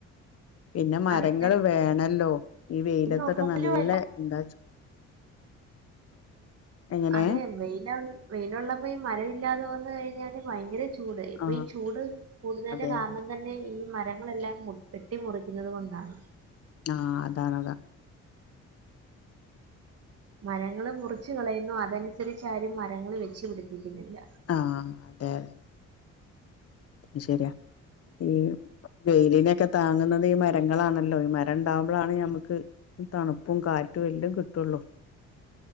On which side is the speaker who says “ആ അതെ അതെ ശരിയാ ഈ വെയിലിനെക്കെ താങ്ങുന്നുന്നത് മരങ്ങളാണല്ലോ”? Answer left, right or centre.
Left